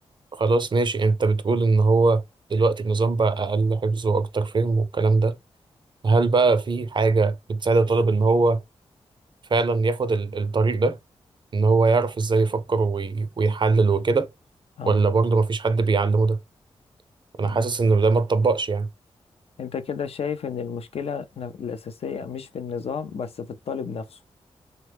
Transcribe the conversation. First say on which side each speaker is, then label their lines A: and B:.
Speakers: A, on the right; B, on the left.
A: خلاص ماشي انت بتقول ان هو دلوقتي النظام بقى اقل حفظ واكتر فهم والكلام ده هل بقى في حاجة بتساعد الطالب ان هو فعلا ياخد ال- الطريق ده ان هو يعرف ازاي يفكر وي- ويحلل وكده
B: اه
A: ولا برضه مفيش حد بيعلمه ده انا
B: يعني
A: حاسس ان ده ما اتطبقش يعني
B: انت كده شايف ان المشكلة ن- الأساسية مش في النظام بس في الطالب نفسه